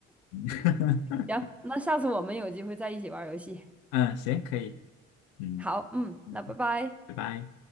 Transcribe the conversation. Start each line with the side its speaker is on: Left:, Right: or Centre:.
Left: <laughs>
Centre: 行，那下次我们有机会再一起玩儿游戏。
Left: 嗯，行，可以。嗯，
Centre: 好，嗯，
Left: 嗯
Centre: 那拜拜。
Left: 拜拜。